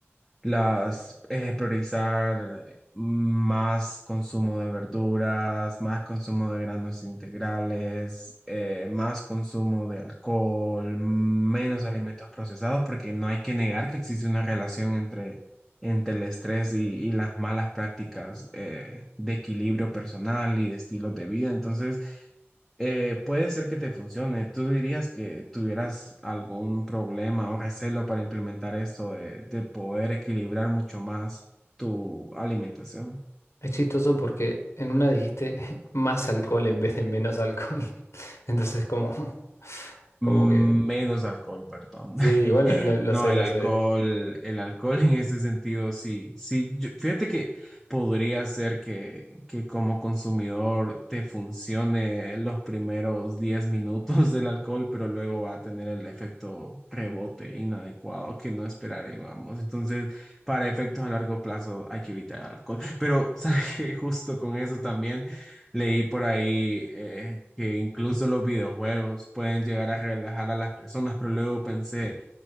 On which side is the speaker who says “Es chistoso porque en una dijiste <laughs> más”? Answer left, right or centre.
Left